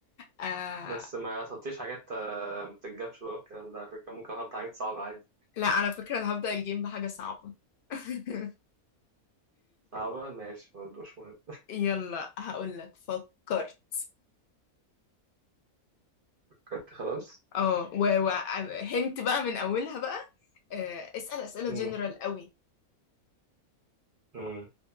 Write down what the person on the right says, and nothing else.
بس ما تحطيش حاجات آه، ما بتتجابش بقى الكلام ده على فكرة ممكن احط حاجات صعبة عادي
صعبة ماشي برضه مش مهم
فكرت خلاص
مم.
مم.